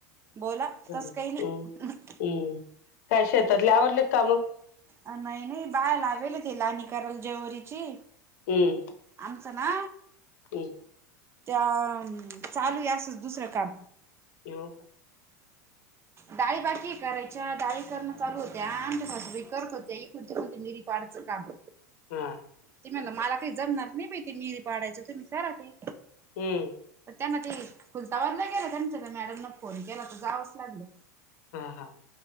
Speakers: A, on the right; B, on the left.
A: बोला तसं
B: हम्म
A: काही नाही.
B: हम्म काय शेतातले आवरले कामं?
A: अ नाही नाही बाया लावेले ते लानी करायला जेवरीची.
B: हम्म.
A: आमचं ना
B: <unintelligible>
A: त्या चालू आहे असंच दुसरं काम.
B: येव का.
A: डाळी बाकीय करायच्या. डाळी करणं चालू होत्या, आमच्या सासूबाई करत होत्या. इकूण तिकून त्या मिरी पाडचं काम.
B: हा.
A: ते म्हणलं मला काही जमणार नाही बाई ते मिरी पाडायचं तुम्ही करा ते.
B: हम्म.
A: तर त्यांना ते खुलताबादला गेल्या त्यांच्या त्या मॅडमनं फोन केला तर जावंच लागलं.
B: हा हा